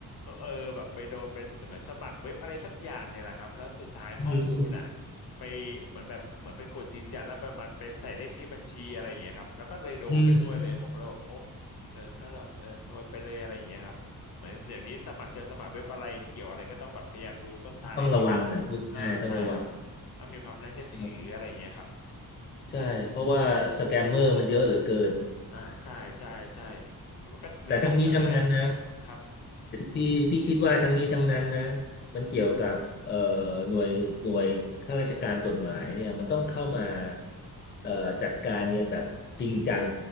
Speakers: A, on the left; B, on the left.
A: เออแบบไปโดนเป็นสมัยสมัครเว็บอะไรสักอย่างเนี่ยแหละครับแล้วสุดท้ายข้อมูลอ่ะ
B: อืมอืม
A: ไปเหมือนแบบเหมือนไปกดยืนยันแล้วไปมันไปใส่เลขที่บัญชีอะไรอย่างเงี้ยครับแล้วก็เลยโดนไปด้วยเลยผมก็เลยบอกโอ้
B: อืมอืม
A: เออก็แบบเออซวยไปเลยอะไรอย่างเงี้ยครับเหมือนเดี๋ยวนี้สมัครจะสมัครเว็บอะไรเกี่ยวอะไรก็ต้องแบบพยายามดูต้นทางให้ดีว่า
B: ต้องระวังแหละพูดง่ายๆต้องระวัง
A: อ่าใช่ครับต้องมีความน่าเชื่อถืออะไรอย่างเงี้ยครับ
B: ครับใช่เพราะว่าสแกมเมอร์มันเยอะเหลือเกิน
A: อ่าใช่ใช่ใช่แล้วมันก็ดึงออกซะง่ายครับครับ
B: แต่ทั้งนี้ทั้งนั้นนะพี่พี่คิดว่าทั้งนี้ทั้งนั้นนะมันเกี่ยวกับเอ่อหน่วยหน่วยข้าราชการกฎหมายเนี่ยมันต้องเข้ามาเอ่อจัดการเนี่ยแบบจริงจัง